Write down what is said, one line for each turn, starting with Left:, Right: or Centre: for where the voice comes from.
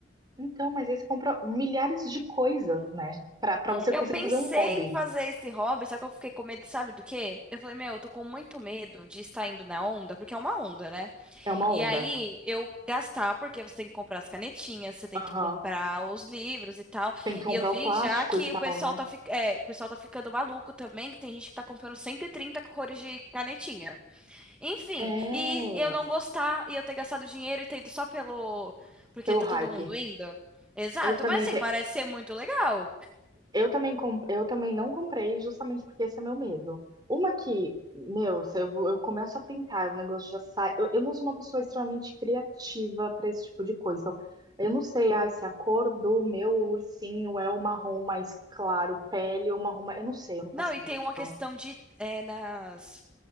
Right: Então, mas aí você compra milhares de coisas, né? Pra, pra você
Centre: Eu
Right: conseguir
Centre: pensei
Right: fazer um hobby.
Centre: em fazer esse hobby, só que eu fiquei com medo, sabe do quê? Eu falei, meu, eu tô com muito medo de estar indo na onda, porque é uma onda, né?
Right: É uma
Centre: E
Right: onda.
Centre: aí eu gastar, porque você tem que comprar as canetinhas, você tem
Right: Aham.
Centre: que comprar os livros e tal.
Right: Tem que comprar
Centre: E eu vi
Right: o plástico
Centre: já que
Right: e tal,
Centre: o pessoal
Right: né?
Centre: tá, fi- é, o pessoal tá ficando maluco também, que tem gente que tá comprando 130 cores de canetinha. Enfim,
Right: É,
Centre: e eu não gostar e eu ter gastado dinheiro e ter ido só pelo. Porque
Right: pelo
Centre: tá
Right: hype.
Centre: todo mundo indo. Exato,
Right: Eu também,
Centre: mas
Right: te...
Centre: assim, parece ser muito legal.
Right: eu também, com... eu também não comprei justamente porque esse é meu medo. Uma que, meu, se eu, vou- eu começo a pintar, o negócio já sai. Eu, eu não sou uma pessoa extremamente criativa para esse tipo de coisa. Então, eu não sei, ah, se a cor do meu ursinho é o marrom mais claro, pele ou marrom mais... Eu não sei, eu não faço
Centre: Não, e
Right: ideia.
Centre: tem uma
Right: Então,
Centre: questão de é, das